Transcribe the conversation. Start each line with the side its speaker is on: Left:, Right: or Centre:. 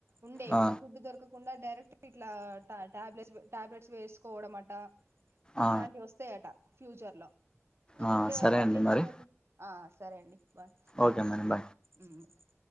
Right: ఉండే
Left: ఆ
Right: ఇట్లా ఫుడ్ దొరకకుండా డైరెక్ట్ ఇట్లా టాబ్లెట్స్ టాబ్లెట్స్ వేసుకోవడం అట
Left: ఆ
Right: అట్లాంటివి వస్తాయట ఫ్యూచర్లో ఇంగ
Left: ఆ
Right: ఫుడ్ ఎవరు
Left: సరే
Right: పండించుకపోతే
Left: అండి మరి
Right: ఆ సరే అండి బాయ్
Left: ఓకే మరి బాయ్
Right: ఊ